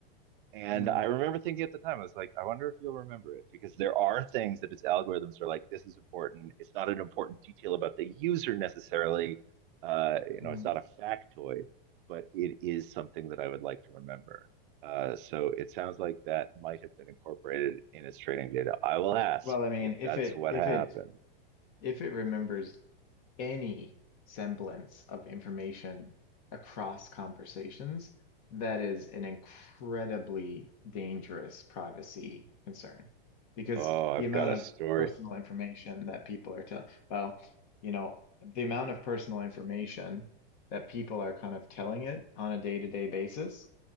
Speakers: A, on the right; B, on the left.
A: And
B: Hmm.
A: I remember thinking at the time, I was like, I wonder if you'll remember it because there are things that its algorithms are like, this is important. It's not an important detail about the user necessarily. Uh, you
B: Hmm.
A: know, it's not a factoid, but it is something that I would like to remember. Uh, so it sounds like that might have been incorporated in its training data. I will ask
B: Well, I mean,
A: if
B: if
A: that's
B: it
A: what
B: if
A: happened.
B: it if it remembers any semblance of information across conversations, that is an incredibly dangerous privacy concern because
A: Oh, I've
B: the amount
A: got a
B: of
A: story
B: personal information that people are telling, well, you know, the amount of personal information that people are kind of telling it on a day-to-day basis